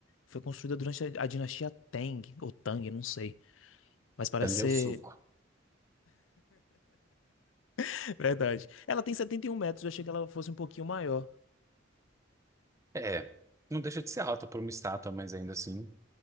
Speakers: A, on the left; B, on the right.
A: foi construída durante a, a dinastia Tang, ou Tang, não sei. Mas parece
B: Tang
A: ser.
B: é o suco.
A: <laughs> Verdade. Ela tem 71 metros, eu achei que ela fosse um pouquinho maior.
B: É, não deixa de ser alta por uma estátua, mas ainda assim